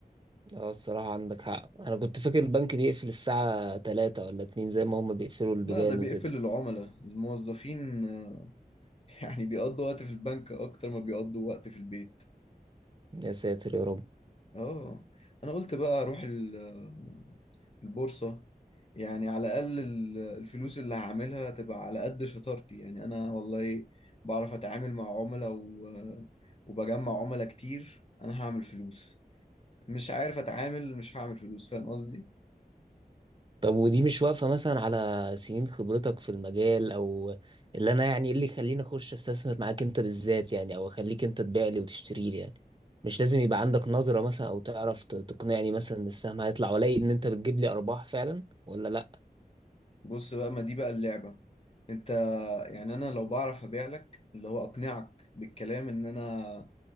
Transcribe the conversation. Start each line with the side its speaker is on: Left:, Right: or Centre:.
Right: اه الصراحة عندك حق أنا كنت فاكر البنك بيقفل الساعة تلاتة ولا اتنين زي ما هما بيقفلوا البيبان
Left: لا ده بيقفل
Right: وكده
Left: العملاء الموظفين آه، <laughs> يعني بيقضوا وقت في البنك اكتر ما بيقضوا وقت في البيت
Right: يا ساتر يا رب
Left: اه انا قلت بقى اروح ال- البورصة يعني على الأقل ال- الفلوس اللي هعملها تبقى على قد شطارتي يعني أنا والله بعرف أتعامل مع عملاء و... وبجمع عملاء كتير أنا هعمل فلوس مش عارف أتعامل مش هعمل فلوس فاهم قصدي؟
Right: طب ودي مش واقفة مثلا على سنين خبرتك في المجال او اللي انا يعني إيه اللي يخليني اخش استثمر معاك انت بالذات يعني او اخليك انت تبيع لي وتشتري لي يعني مش لازم يبقى عندك نظرة مثلا او تعرف ت- تقنعني مثلا ان السهم هيطلع والاقي ان انت بتجيب لي ارباح فعلا ولا لا
Left: بص بقى ما دي بقى اللعبة أنت يعني أنا لو بعرف أبيع لك اللي هو أقنعك بالكلام إن أنا